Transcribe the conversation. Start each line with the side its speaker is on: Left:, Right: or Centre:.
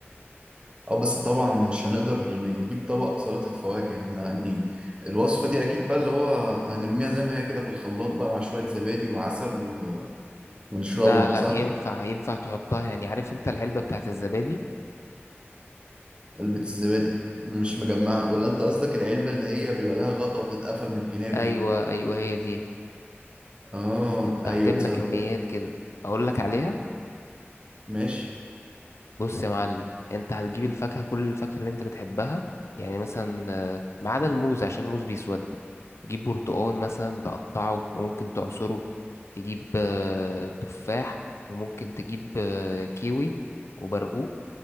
Right: اه بس طبعا مش هنقدر ن- نجيب طبق سلطة فواكه احنا يعني الوصفة دي اكيد بقى اللي هو هنرميها زي ما هي كده في الخلاط بقى مع شوية زبادي وعسل و... ونشربها
Left: لا لا
Right: صح
Left: ينفع ينفع تحطها يعني عارف انت العلبة بتاعت الزبادي
Right: علبة الزبادي مش مجمعة ولا انت قصدك العلبة اللي هي بيبقى لها غطا وبتتقفل من الجناب
Left: ايوه
Right: دي
Left: ايوه هي دي
Right: اه
Left: انت
Right: ايوه
Left: هتملى
Right: تصدق
Left: كميات كده اقول لك عليها
Right: ماشي
Left: بص يا معلم انت هتجيب الفاكهة كل الفاكهة اللي انت بتحبها يعني مثلا آه، ما عدا الموز عشان الموز بيسود تجيب برتقان مثلا تقطعه وممكن تعصره تجيب آه، تفاح وممكن تجيب آه، كيوي وبرقوق